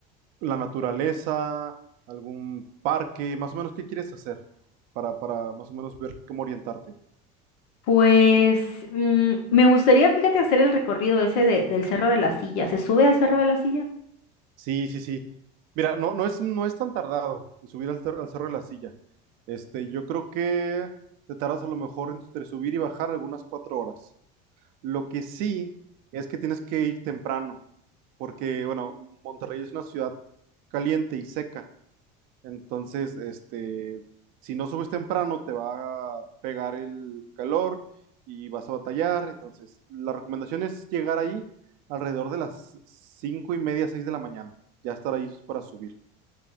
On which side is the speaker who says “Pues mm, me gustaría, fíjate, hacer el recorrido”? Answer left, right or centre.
Left